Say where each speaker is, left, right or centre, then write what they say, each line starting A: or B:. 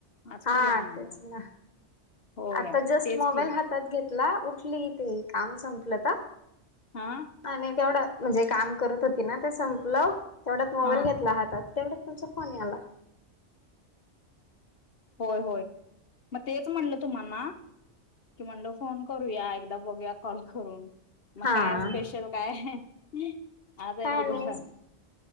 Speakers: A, on the left; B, on the left.
A: आज
B: हा
A: करूया म्हणलं
B: तेच ना
A: होय
B: आता जस्ट
A: तेच
B: मोबाईल
A: की
B: हात हातात घेतला उठली ती काम संपलं
A: हा
B: आणि तेवढं म्हणजे काम करत हो ती ना ते संपलं, तेवढ्यात मोबाईल
A: हा
B: घेतला हातात, तेवढ्यात तुमचा फोन आला.
A: होय होय मग तेच म्हणलं तुम्हा ना की म्हणलं फोन करूया एकदा बघूया कॉल करून, मग
B: हा.
A: काय आज स्पेशल? काय आहे आज आहे
B: काय
A: बुधवार.
B: नाही